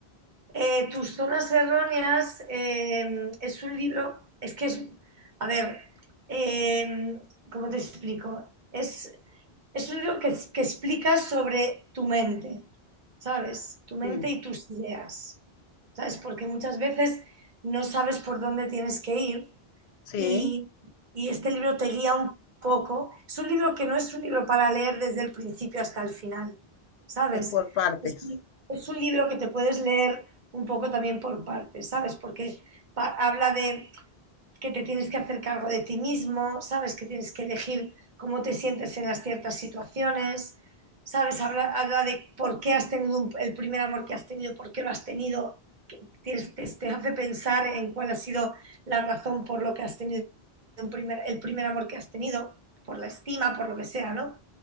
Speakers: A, on the right; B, on the left.
A: Eh, Tus zonas erróneas eh, es un libro, es que es, a ver, eh, ¿cómo te explico? Es es un libro que, que explica sobre tu mente, ¿sabes? Tu mente
B: Sí,
A: y tus ideas, ¿sabes? Porque muchas veces no sabes por dónde tienes que ir
B: sí,
A: y, y este libro te guía un poco. Es un libro que no es un libro para leer desde el principio hasta el final, ¿sabes?
B: es por partes.
A: Es un, es un libro que te puedes leer un poco también por partes, ¿sabes? Porque pa- habla de que te tienes que hacer cargo de ti mismo, sabes que tienes que elegir cómo te sientes en las ciertas situaciones, sabes, habla, habla de por qué has tenido un, el primer amor que has tenido, por qué lo has tenido, que tienes, te, te, hace pensar en cuál ha sido la razón por lo que has tenido un primer, el primer amor que has tenido, por la estima, por lo que sea, ¿no?